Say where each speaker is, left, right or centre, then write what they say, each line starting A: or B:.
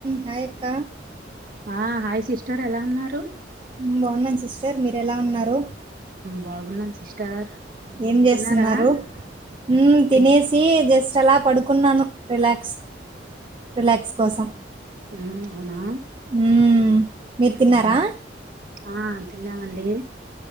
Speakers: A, on the right; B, on the right.
A: Hi అక్క
B: ఆ.. hi sister ఎలా ఉన్నారు
A: హ్మ్. బాగున్నాను సిస్టర్ మీరు ఎలా ఉన్నారు
B: బాగున్నాం సిస్టర్
A: ఏం జేస్తున్నారు?
B: తిన్నారా..
A: హ్మ్. తినేసి
B: తిన్న
A: జస్ట్ అలా పడుకున్నాను రిలాక్స్ రిలాక్స్ కోసం
B: ఊ అవునా
A: హ్మ్. మీరు తిన్నారా?
B: ఉ ఆ తిన్నామండి